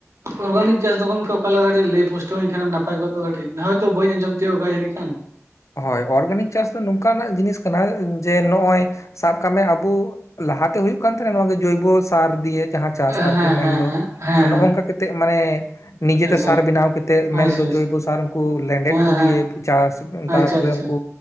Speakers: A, on the right; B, on the left.
A: ᱚᱨᱜᱟᱱᱤᱠ ᱪᱟᱥ ᱫᱚ ᱜᱚᱢᱠᱮ ᱚᱠᱟ ᱞᱮᱠᱟ ᱠᱟᱹᱴᱤᱡ ᱞᱟᱹᱭ ᱯᱩᱥᱴᱟᱹᱣ ᱟᱹᱧ ᱠᱷᱟᱱᱮᱢ ᱱᱟᱯᱟᱭ ᱠᱚᱜ ᱫᱚ ᱠᱟᱴᱤᱡ, ᱦᱚᱭᱛᱚ ᱵᱟᱹᱧ ᱟᱡᱚᱢ ᱛᱤᱭᱳ ᱠᱟᱜᱼᱟ ᱡᱟᱹᱱᱤᱡ ᱠᱷᱟᱱ ᱾
B: ᱦᱚᱭ ᱚᱨᱜᱟᱱᱤᱠ ᱪᱟᱥ ᱫᱚ ᱱᱚᱝᱠᱟ ᱱᱟᱜ ᱡᱤᱱᱤᱥ ᱠᱟᱱᱟ ᱡᱮ ᱱᱚᱜᱼᱚᱭ ᱥᱟᱵ ᱠᱟᱜ ᱢᱮ ᱟᱵᱩ ᱞᱟᱦᱟᱛᱮ ᱦᱩᱭᱩᱜ ᱠᱟᱱᱟᱸ ᱛᱟᱦᱮᱱᱟ ᱱᱚᱣᱟ ᱜᱮ ᱡᱚᱭᱵᱚ ᱥᱟᱨ ᱫᱤᱭᱮ ᱡᱟᱦᱟᱸ ᱪᱟᱥ
A: ᱦᱮᱸ
B: ᱟᱨᱠᱤ
A: ᱦᱮᱸ
B: ᱢᱮᱱᱫᱚ
A: ᱦᱮᱸ ᱦᱮᱸ ᱦᱮᱸ
B: ᱱᱚᱜᱼᱚᱝᱠᱟ ᱠᱟᱛᱮᱜ ᱢᱟᱱᱮ ᱱᱤᱡᱮᱛᱮ
A: ᱟᱪᱪᱷᱟ
B: ᱥᱟᱨ ᱵᱮᱱᱟᱣ ᱠᱟᱛᱮᱫ ᱢᱮᱱᱫᱚ
A: ᱟᱪᱪᱷᱟ ᱟᱪᱪᱷᱟ
B: ᱡᱚᱭᱵᱚ ᱥᱟᱨ ᱩᱱᱠᱩ ᱞᱮᱸᱰᱷᱮᱫ
A: ᱦᱮᱸ
B: ᱠᱚ
A: ᱦᱮᱸ
B: ᱫᱤᱭᱮ ᱪᱟᱥ ᱛᱟᱯᱚᱨᱮ
A: ᱟᱪᱪᱷᱟ ᱟᱪᱪᱷᱟ
B: ᱩᱱᱠᱩ